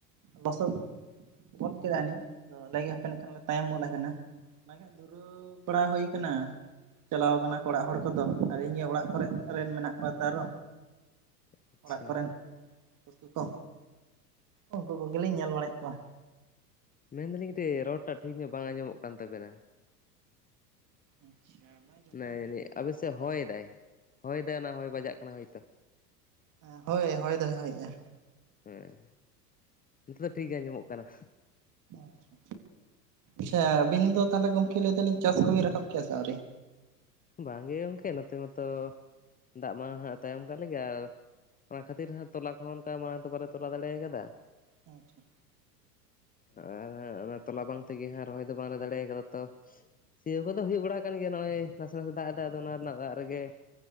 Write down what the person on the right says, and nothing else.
ᱞᱚᱥᱚᱫ ᱜᱚᱫ ᱠᱮᱫᱟ ᱟᱹᱱᱤᱡ ᱟᱫᱚ ᱟᱞᱮ ᱦᱟᱯᱮ ᱱᱟᱜ ᱠᱷᱟᱱ ᱞᱮ ᱛᱟᱭᱚᱢ ᱜᱚᱫ ᱟᱠᱟᱱᱟ ᱚᱱᱟ ᱜᱮ᱾ ᱫᱷᱩᱨᱟᱹᱣ ᱵᱟᱲᱟ ᱦᱳᱭ ᱠᱟᱱᱟ᱾ ᱪᱟᱞᱟᱣ ᱠᱟᱱᱟ ᱠᱚ ᱚᱲᱟᱜ ᱦᱚᱲ ᱠᱚ ᱫᱚ ᱟᱨ ᱤᱧ ᱜᱮ ᱚᱲᱟᱜ ᱠᱚᱨᱮ ᱨᱮᱱ ᱢᱮᱱᱟᱜ ᱠᱚᱣᱟ ᱛᱚ ᱟᱨᱚ
ᱚᱲᱟᱜ ᱠᱚᱨᱮᱱ ᱯᱩᱥᱛᱩ ᱠᱚ ᱩᱱᱠᱩ ᱠᱚᱜᱮ ᱞᱤᱧ ᱧᱮᱞ ᱵᱟᱲᱟᱭᱮᱜ ᱠᱚᱣᱟ ᱾
ᱟᱸᱪᱪᱷᱟ, <inaudible>
ᱦᱮᱸ ᱦᱳᱭ ᱦᱚᱭ ᱫᱚᱭ ᱦᱚᱭᱮᱜ-ᱟ ᱾
ᱟᱪᱷᱟ ᱪᱷᱟ ᱟᱹᱵᱤᱱ ᱫᱚ ᱛᱟᱦᱚᱞᱮ ᱜᱚᱢᱠᱮ ᱞᱟᱹᱭ ᱫᱟᱞᱤᱧ ᱪᱟᱥ ᱠᱚ ᱵᱤᱱ ᱨᱟᱠᱟᱵ ᱠᱮᱜ-ᱟ ᱥᱮ ᱟᱣᱨᱤ?
ᱟᱪᱪᱷᱟ,